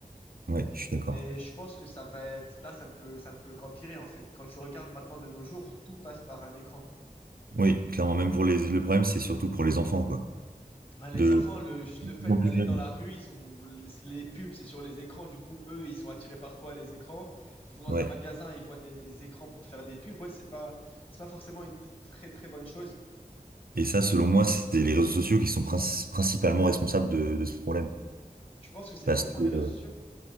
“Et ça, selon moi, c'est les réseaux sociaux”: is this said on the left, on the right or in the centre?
Right